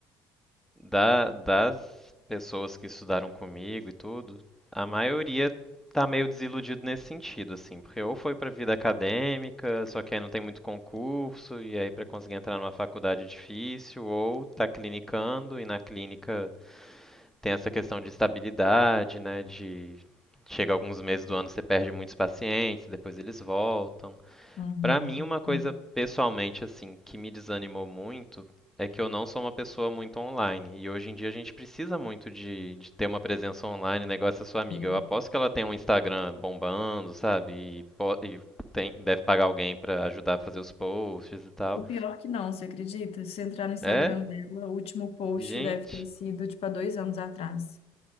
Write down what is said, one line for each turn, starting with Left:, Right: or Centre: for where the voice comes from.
Centre: Da- das pessoas que estudaram comigo e tudo, a maioria tá meio desiludido nesse sentido, assim. Porque ou foi pra vida acadêmica, só que aí não tem muito concurso, e aí pra conseguir entrar numa faculdade é difícil, ou tá clinicando, e na clínica tem essa questão de estabilidade, né? De chega alguns meses do ano você perde muitos pacientes, depois eles voltam.
Left: Uhum,
Centre: Pra mim, uma coisa
Left: sim,
Centre: pessoalmente assim que me desanimou muito é que eu não sou uma pessoa muito online. E hoje em dia a gente precisa muito de, de ter uma presença online, negócio da sua amiga.
Left: Sim.
Centre: Eu aposto que ela tem um Instagram bombando, sabe? E, po- e tem- deve pagar alguém pra ajudar a fazer os posts e tal.
Left: O pior que não, você acredita? Se você entrar no Instagram
Centre: É?
Left: dela, o último post
Centre: Gente.
Left: deve ter sido, tipo, há dois anos atrás.